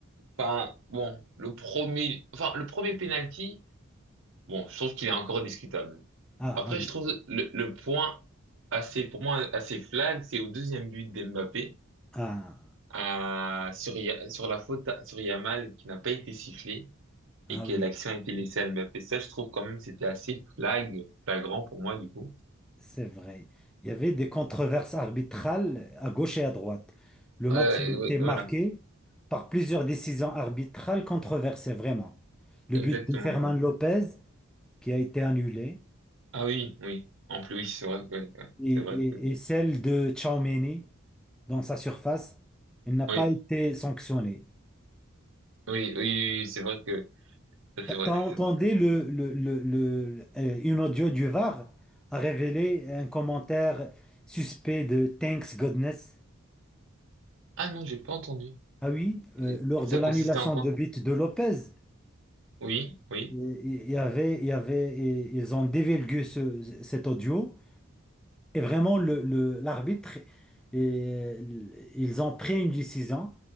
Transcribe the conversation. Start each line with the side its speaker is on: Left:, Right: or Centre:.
Right: enfin, bon, le premier, enfin, le premier penalty. Bon, je trouve qu'il est encore discutable.
Centre: Ah,
Right: Après,
Centre: ah oui.
Right: je trouve le, le point assez, pour moi, assez flag, c'est au deuxième but d'Mbappé,
Centre: Ah,
Right: à, sur, Ya- sur la faute à- sur Yamal qui n'a pas été sifflé
Centre: ah
Right: et que
Centre: oui.
Right: l'action a été laissée à Mbappé. Ça, je trouve quand même c'était assez flag, flagrant pour moi, du coup.
Centre: C'est vrai. Il y avait des controverses arbitrales à gauche et à droite. Le
Right: Euh,
Centre: match il
Right: et oui,
Centre: était marqué
Right: voilà,
Centre: par plusieurs décisions arbitrales controversées, vraiment. Le
Right: exactement.
Centre: but de Ferman
Right: ouais.
Centre: Lopez qui a été annulé.
Right: Ah oui, oui. En plus, oui, c'est vrai que, ouais, ouais,
Centre: et,
Right: c'est vrai
Centre: et-
Right: que,
Centre: et celle de Tchouaméni dans sa surface, elle n'a pas
Right: oui,
Centre: été sanctionnée.
Right: oui, oui, oui, oui, c'est vrai que, ça
Centre: T'as
Right: c'est
Centre: t'as
Right: vrai, ça
Centre: entendu
Right: c'est vrai, ça c'est
Centre: le,
Right: vrai.
Centre: le, le, le- euh, une audio du VAR a révélé un commentaire suspect de Thanks Godness.
Right: Ah non, j'ai pas entendu.
Centre: Ah oui,
Right: Et-
Centre: euh, lors
Right: et
Centre: de
Right: ça
Centre: l'annulation
Right: consistait en quoi?
Centre: de but de Lopez,
Right: Oui, oui.
Centre: euh, il y avait, il y avait, et ils ont dévélgué ce, cet audio. Et vraiment, le, le- l'arbitre, et- ils ont pris une décision